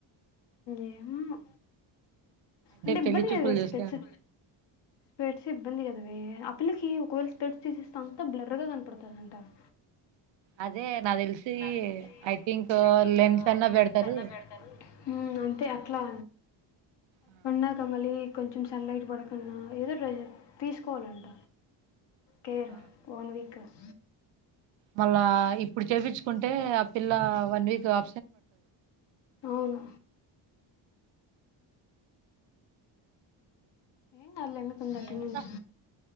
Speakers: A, on the left (about 60°); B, on the right (about 65°).
A: ఏమో అంటే
B: పెళ్లి
A: ఇబ్బంది
B: చూపులు
A: ఏవి
B: చూస్తే
A: స్పిట్స్ స్పట్స్ ఇబ్బంది కదావ ఆ పిల్లకి ఒకవేళ స్ప్రెడ్స్ తీసేస్తే అంతా బ్లెరర్గా కనపడుతుంది అంటారు
B: అదే నాకు
A: అదే
B: తెలిసి
A: నా తెలిసి
B: ఐ థింక్
A: ఐంక్
B: లెన్స్ అన్నా
A: లెన్స్
B: పెడతారు
A: అడతుంది అే అట్లా
B: ఆ
A: <unintelligible> కొంచెం సన్లైట్ పడకున్నా ఏదో ట్రజర్ తీసుకోవాలంట కేర్
B: ఆ.
A: ఓన్ వక్స్
B: మళ్ళా ఇప్పుడు చేపించుకుంటే ఆ పిల్ల వన్ వీక్ ఆ
A: అవును ఏం కాలందుకుంది అటెండెన్స్
B: ఏందో